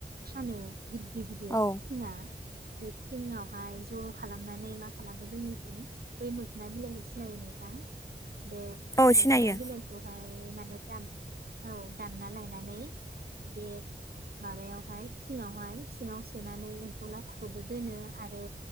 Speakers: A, on the right (about 60°); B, on the left (about 15°).
A: फानो गदिर गिदिर
B: औ
A: थिंआ बे थिंआवहाय ज' खालामनानै मा खालामो जोंनिथिं बै मोखोना बिलाइखौ सिनायो नोंथां? बे
B: औ सिनायो
A: मोखोना बिलाइ ए माने दार औ दानना लायनानै बे माबायावहाय थिङावहाय सिङाव सोनानै एम्फौ लाथाखौबो दोनो आरो